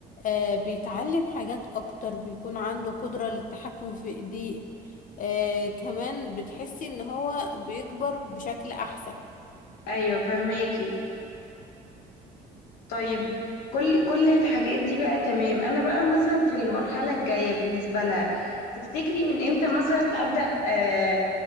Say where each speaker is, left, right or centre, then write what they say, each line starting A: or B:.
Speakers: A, on the left; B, on the left.
A: آه بيتعلم حاجات اكتر بيكون عنده قدرة للتحكم في ايديه آه كمان بتحسي ان هو بيكبر بشكل احسن
B: ايوه فهماكي طيب كل كل الحاجات دي بقى تمام انا بقى مثلا في المرحله الجايه بالنسبه لها تفتكري من امتى مثلا ابدا آه